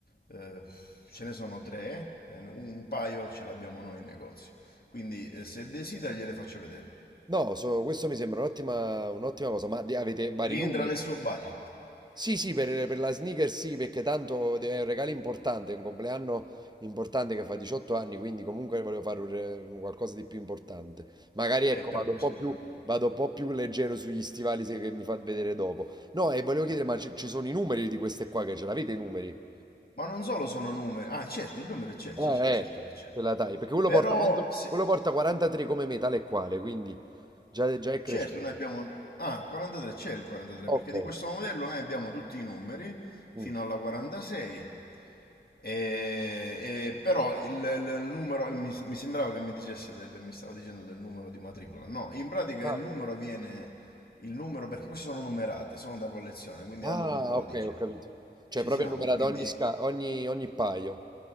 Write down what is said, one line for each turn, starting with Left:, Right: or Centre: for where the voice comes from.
Left: eh, ce ne sono tre, eh, un paio ce l'abbiamo noi in negozio. Quindi eh, se desidera gliele faccio vedere.
Right: no, so- questo mi sembra un'ottima un'ottima cosa, ma di- avete vari
Left: Rientra
Right: numeri?
Left: nel suo budget.
Right: Sì, sì, per, per la sneaker sì, perché tanto è un regalo importante, è un compleanno importante che fa 18 anni, quindi comunque volevo fare un re- un qualcosa di più importante. Magari
Left: Eh,
Right: ecco,
Left: per
Right: vado
Left: questo
Right: un po' più,
Left: lo sento.
Right: vado un po' più leggero sugli stivali se- che mi fa vedere dopo. No, e volevo chiedere, ma ci ci sono i numeri di queste qua che ce l'avete i numeri?
Left: Ma non solo sono numeri. Ah, certo, il numero c'è, c'è,
Right: Eh,
Left: c'è, certo
Right: eh,
Left: che c'è.
Right: quella taglia, perché quello
Left: Però
Right: porta, quanto-
Left: se,
Right: quello porta 43 come me, tale e quale, quindi già, già è cresciuto.
Left: Certo, noi abbiamo... Ah, 43 c'è il 43,
Right: Ok.
Left: perché di questo modello noi abbiamo tutti i numeri
Right: mm.
Left: fino alla 46. E, e- però il, il numero, mi, mi sembrava che mi dicesse del, mi stava dicendo del numero di matricola. No, in pratica
Right: Ah.
Left: il numero viene, il numero, perché queste sono numerate, sono da collezione, quindi
Right: Ah,
Left: hanno un codice.
Right: ok, ho capito. Cioè,
Left: Ci
Right: proprio
Left: siamo,
Right: numerato
Left: quindi...
Right: ogni, sca- ogni, ogni paio.